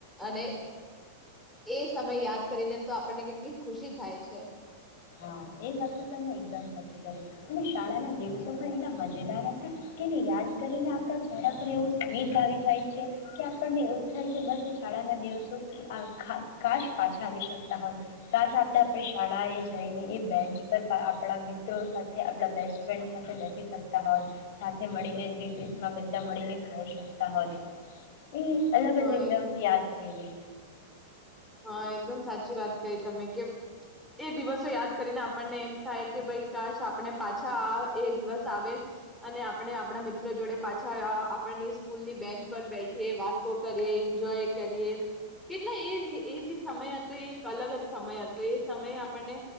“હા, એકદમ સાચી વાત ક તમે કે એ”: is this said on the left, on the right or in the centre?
Centre